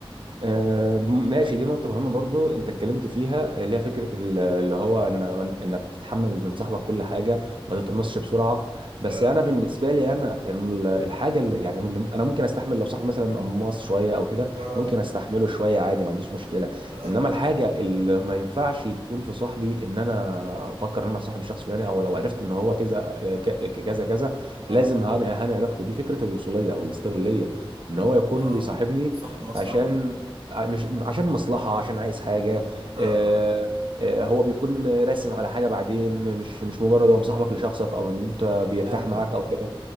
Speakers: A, on the right; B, on the right.
A: آه، ماشي دي نقطة مهمة برضو انت اتكلمت فيها اللي هي فكرة ال- اللي هو ان انك تتحمل من صاحبك كل حاجة ما تتقمصش بسرعة بس
B: اه
A: انا بالنسبة لي انا ال- الحاجة اللي يعني اللي انا ممكن استحمل لو صاحبي مثلا قماص شوية او كده
B: اه
A: ممكن استحمله شوية عادي ما عنديش مشكلة
B: آه.
A: انما الحاجة اللي ما ينفعش تكون في صاحبي ان انا افكر ان انا صاحب الشخص الفلاني او لو عرفت ان هو كذا ك- كذا كذا
B: اه
A: لازم هاني هاني علاقتي بيه فكرة الوصولية او الاستغلالية ان هو يكون
B: اه
A: بيصاحبني
B: صاحب مصلحة
A: عشان ع- مش عشان مصلحة عشان عايز حاجة
B: اه
A: آه،
B: آه،
A: آه، هو بيكون راسم على حاجة بعدين مش مش مجرد هو مصاحبك لشخصك او ان انت بيرتاح
B: فاهمك
A: معاك
B: اه
A: او كده